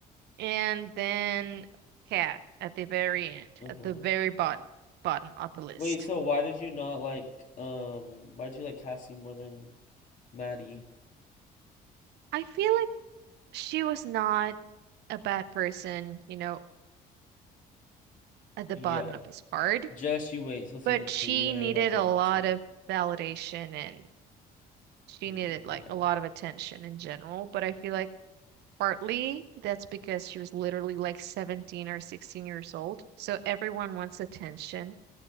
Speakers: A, on the right; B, on the left.
A: and then Kat at the very end,
B: Uh-huh.
A: at the very bottom bottom of the list.
B: Wait, so why did you not like um why did you like Cassie more than Maddie?
A: I feel like she was not a bad person, you know. at the
B: Yeah.
A: bottom is hard,
B: Just you wait till season
A: but
B: two,
A: she
B: even
A: needed
B: though you're not gonna
A: a lot
B: watch it.
A: of validation and she
B: Mm,
A: needed like
B: yeah.
A: a lot of attention in general. But I feel like partly that's because she was literally like 17 or 16 years old. So everyone wants attention